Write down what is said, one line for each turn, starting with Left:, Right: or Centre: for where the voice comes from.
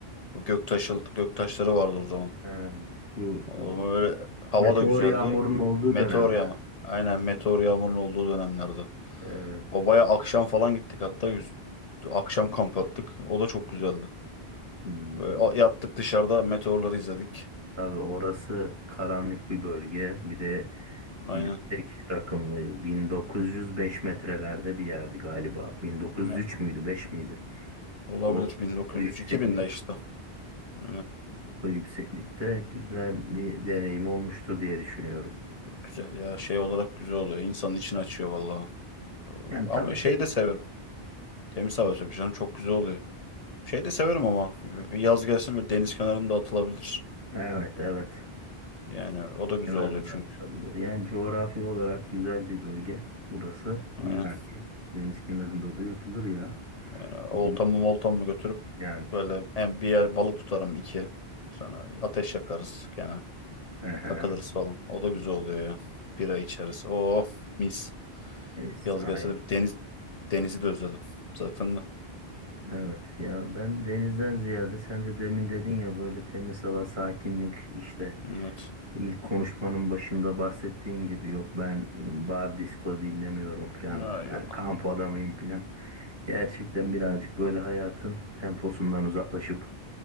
Left: O göktaşı, göktaşları vardı o zaman.
Right: Ha, bu
Left: O
Right: e,
Left: böyle hava
Right: meteor
Left: da güzeldi.
Right: yağmurun olduğu
Left: Meteor
Right: dönemler.
Left: yağmur. Aynen meteor yağmurun olduğu dönemlerde.
Right: Evet.
Left: O baya akşam falan gittik hatta. Yüz, akşam kamp attık. O da çok güzeldi.
Right: Hmm.
Left: Böyle a- yattık dışarıda meteorları izledik.
Right: Tabii orası karanlık bir bölge. Bir de
Left: Aynen.
Right: yüksek rakımlı 1905 metrelerde bir yerdi galiba. 1903
Left: Yani
Right: müydü, 5 miydi?
Left: olabilir
Right: O
Left: 1903
Right: o yükseklik
Left: 2000'de işte. Aynen.
Right: o yükseklikte güzel bir deneyim olmuştur diye düşünüyorum.
Left: Çok Güzel ya şey olarak güzel oluyor. İnsanın içini açıyor vallahi. Ee,
Right: Yani
Left: Ama
Right: tabii
Left: şeyi
Right: temiz
Left: de severim.
Right: hava.
Left: Temiz hava tabii canım çok güzel oluyor. Şey de severim ama yaz gelsin böyle deniz kenarında atılabilir.
Right: Evet, evet.
Left: Yani o da güzel
Right: kenarına
Left: oluyor çünkü.
Right: atılabilir. Yani coğrafi olarak güzel bir bölge burası. İlla
Left: Aynen.
Right: ki deniz kenarında da yapılır ya.
Left: Yani oltamı
Right: Yani,
Left: moltamı götürüp
Right: yani.
Left: böyle en bir yer balık tutarım iki. Sonra ateş yakarız gene.
Right: Hı hı.
Left: Takılırız falan. O da güzel oluyor ya. Bira içeriz. Oh mis.
Right: Neyse,
Left: Yaz
Right: aynen.
Left: gelse de bir deniz denizi de özledim zaten de.
Right: Evet ya ben denizden ziyade sen de demin dedin ya böyle temiz hava, sakinlik işte
Left: Evet.
Right: İlk konuşmanın başında bahsettiğin gibi yok ben bar disco dinlemiyorum falan.
Left: Ya
Right: Ben
Left: yok.
Right: kamp adamıyım falan. Gerçekten birazcık böyle hayatın temposundan uzaklaşıp